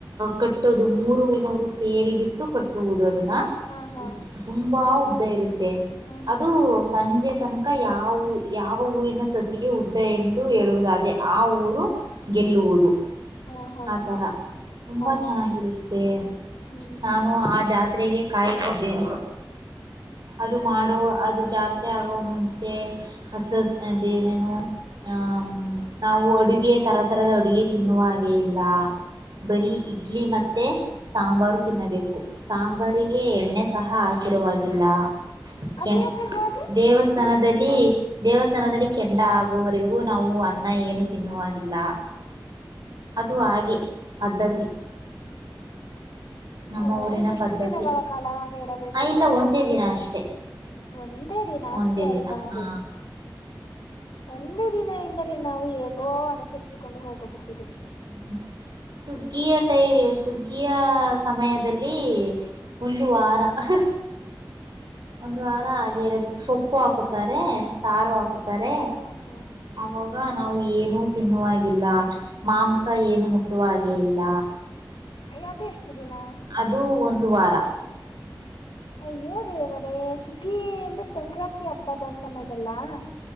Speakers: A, on the right (about 60°); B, on the left (about 85°).
A: ಕಟ್ಟದು ಮೂರು ನವರು ಸೇರಿ ಬಿಟ್ಟು ಕಟ್ಟುವುದು ಅದನ್ನ.
B: ಹಾ ಹಾ
A: ದ ತುಂಬಾ ಉದ್ದ ಇರುತ್ತೆ
B: ಹಾ
A: ಅದು. ಸಂಜೆ ತನಕ ಯಾವ ಯಾವ ಊರಿನ ಸತಿಗೆ ಉದ್ದ ಎಂದು ಹೇಳುವುದಾದೇ ಆ ಊರು. ಗೆಲ್ಲುವುದು.
B: ಹಾ ಹಾ
A: ಆ ತರ ತುಂಬಾ
B: ಹ
A: ಚೆನ್ನಾಗಿರುತ್ತೆ
B: ಹ್ಮ್
A: ನಾ ಉ ಆ ಜಾತ್ರೆಗೆ ಕಾಯುತ್ತಿದ್ದೇನೆ ಅದು ಮಾಡುವ ಅದು ಜಾತ್ರೆ ಆಗುವ ಮುಂಚೆ ಅಸಸ ಅಂದೇನೇನೋ ಹ ತ ನಾವು ಅಡುಗೆ ತರತರದ ಅಡುಗೆ ತಿನ್ನುವ ಹಾಗೆ ಇಲ್ಲ ಬರಿ ಇಡ್ಲಿ ಮತ್ತೆ ಸಾಂಬಾರು ತಿನ್ನಬೇಕು ಸಾಂಬಾರಿಗೆ ಎಣ್ಣೆ ಸಹ ಹಾಕಿರುವಾಗಿಲ್ಲ ಕೆ
B: ಅದ್ಯಾಕ ಹಾಗೆ
A: ದೇವಸ್ಥ ದೇಸ್ಥಾನದಲ್ಲಿ ದೇವಸ್ಥಾನದಲ್ಲಿ ಕೆಂಡ ಆಗುವವರೆಗೂ ನಾವು ಅನ್ನ ಏನು ತಿನ್ನುವಾಗಿಲ್ಲ ಅದು ಹಾಗೆ ಪದ್ಧತಿ ನಮ್ಮ
B: ಓ
A: ಊರಿನ
B: ಎಷ್ಟು
A: ಪದ್ಧತಿ
B: ದಿನಗಳ ಕಾಲ ಹಾಗೆ ಇರಬೇಕು
A: ಆ ಇಲ್ಲ
B: ನೀವು
A: ಒಂದೇ ದಿನ ಅಷ್ಟೆ
B: ಒಂದೇ ದಿನ ಅಷ್ಟೇ
A: ಒಂದೇ
B: ಅಲ್ವಾ
A: ದಿನ ಹಾ
B: ಬಿಡಿ ಒಂದೇ ದಿನ ಎಂದರೆ ನಾವು ಹೇಗೋ ಅನುಸರಿಸಿಕೊಂಡು ಹೋಗಬಹುದು
A: ಹ್ಮ ಸುಗ್ಗಿಯ ಟೈ ಸುಗ್ಗಿಯ ಸಮಯದಲ್ಲಿ ಒಂದು ವಾರ ಹಹ ಒಂದು ವಾರ ಹಾಗೆ ಇರಬೇಕು ಸೊಪ್ಪು ಹಾಕುತ್ತಾರೆ ಸಾರು ಹಾಕುತ್ತಾರೆ
B: ಹ್ಮ್ ಹ್ಮ್
A: ಅವಾಗ ನಾವು ಏನು ತಿನ್ನುವಾಗಿಲ್ಲ ಮಾಂಸ ಏನು ಮುಟ್ಟುವ ಹಾಗೆ ಇಲ್ಲ
B: ಅಯೋ ಅದು ಎಷ್ಟು ದಿನ
A: ಅದು ಒಂದು ವಾರ
B: ಅಯ್ಯೋ ದೇವರೇ ಸುಗ್ಗಿ ಅಂದ್ರ ಸಂಕ್ರಾಂತಿ ಹಬ್ಬದ ಸಮಯದಲ್ಲಾ